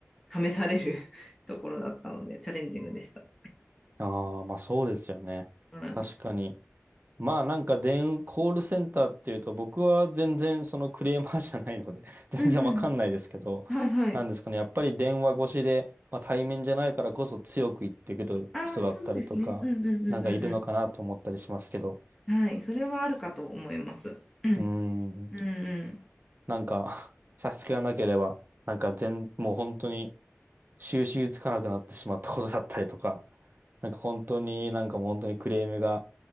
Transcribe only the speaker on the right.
ああ、まあそうですよね。
確かに。まあなんか電、コールセンターっていうと、僕は全然そのクレーマーじゃないので <laughs> 全然わかんないですけど、
なんですかね。やっぱり電話越しで、まあ対面じゃないからこそ強く言ってくる人だったりとか、
なんかいるのかなと思ったりしますけど。
うーん。
なんか <laughs> 差し支えがなければ、なんか全、もう本当に収拾つかなくなってしまったことだったりとか、なんか本当になんかもう本当にクレームが